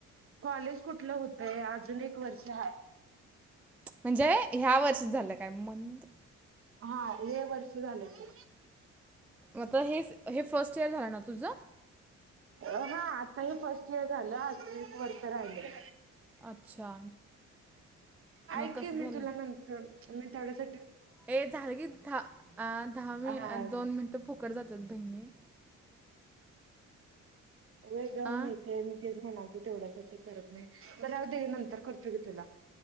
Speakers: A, on the right; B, in the centre.
A: कॉलेज कुठलं होतय अजून एक वर्ष हाय
B: म्हणजे ह्या वर्षीच झालं काय मतं
A: हा हे वर्ष झालंय की
B: आता हेच हे फर्स्ट इयर आहे ना तुझं
A: हा आता हे फर्स्ट इयर झालं अजून एक वर्ष राहिलं
B: अच्छा
A: हाय
B: मग कसं
A: की
B: झालं
A: मी तुला नंतर मी थोडसं
B: ए झालं की दहा दहा मि
A: हा
B: दोन मिनिटं फोकट जातात बहिणी
A: वेळ देऊन
B: आ
A: माहितीय आहे मी तेच म्हणालतो तेवढ्यासाठी करत नाही बर राहू दे नंतर करतो की तुला